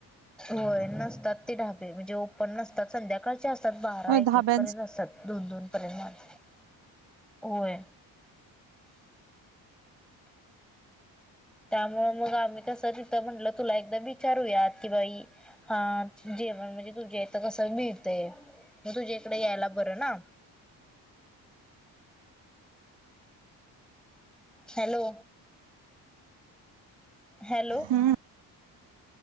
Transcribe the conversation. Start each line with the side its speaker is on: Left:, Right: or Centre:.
Centre: होय नसतात ते धाबे म्हणजे ओपन नसतात, संध्याकाळचे असतात बारा
Right: हो
Centre: एक
Right: धाब्यांच
Centre: एक पर्यंत असतात दोन दोन पर्यंत होय त्यामुळे मगं आम्ही कसं तिथं म्हटलं तुला एकदा विचारूया की बाई हा जेवण म्हणजे तुझ्या इथं कसं मिळतंय मग तुझ्या इकडे यायला बरं ना
Right: <inaudible>
Centre: हॅलो हॅलो
Right: हम्म